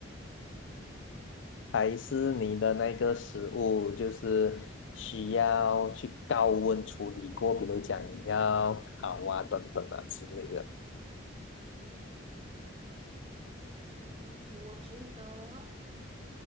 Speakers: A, on the left; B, on the right.
A: 还是你的那个食物就是需要去高温处理过，比如讲要烤啊、等等啊之类的。
B: 嗯，我觉得